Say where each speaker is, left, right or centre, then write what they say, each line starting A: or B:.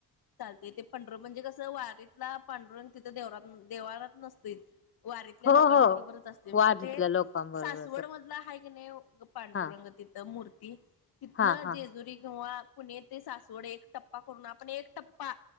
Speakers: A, on the left; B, on the left.
A: चालतय ते पंढरं म्हणजे कसं वारीतला पांडुरंग तिथं देवरात देव्हारात नसतयत वारीतल्या
B: हो
A: लोकां
B: हो
A: बरोबरच असते
B: वारीतल्या
A: म ते
B: लोकांबरोबरच
A: सासवड
B: असतं.
A: मधला हाय की नाय, पांडुरंग
B: हां,
A: तिथं मूर्ती तिथनं
B: हां, हां,
A: जेजुरी किंवा पुणे ते सासवड एक टप्पा करून आपण एक टप्पा